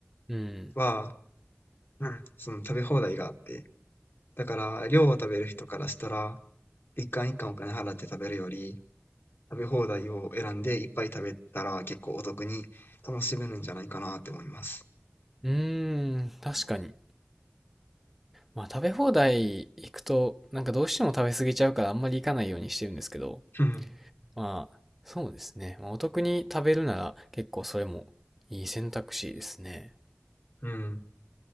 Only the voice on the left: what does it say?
は、うんその食べ放題があって、だから、量を食べる人からしたら、一貫一貫お金払って食べるより、食べ放題を選んでいっぱい食べたら結構お得に楽しめるんじゃないかなって思います。
うん。
うん。